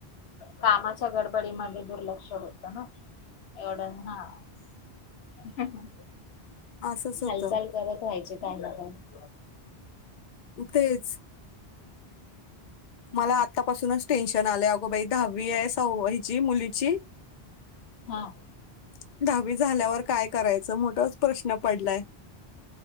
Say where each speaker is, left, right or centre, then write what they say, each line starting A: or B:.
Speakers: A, on the left (about 85°); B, on the left (about 50°).
A: कामाच्या गडबडी मध्ये दुर्लक्ष - लक्ष होत ना! एवढं हा - <unintelligible>
B: असंच होतं
A: हालचाल करत राहायची काही ना काय -
B: तेच - मला आतापासूनच टेन्शन आलं अगो बाई दहावी आहे सहावी हिची मुलीची
A: हा
B: - दहावी झाल्यावर काय करायचं मोठा प्रश्न - पडलाय.